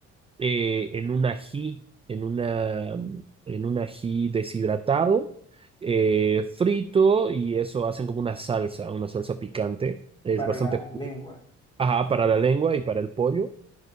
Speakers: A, on the right (about 20°); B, on the left (about 15°).
A: eh, en un ají, en una, en un ají deshidratado, eh, frito y eso hacen como una salsa, una salsa picante. Es
B: para
A: bastante,
B: la lengua?
A: ajá, para la lengua y para el pollo.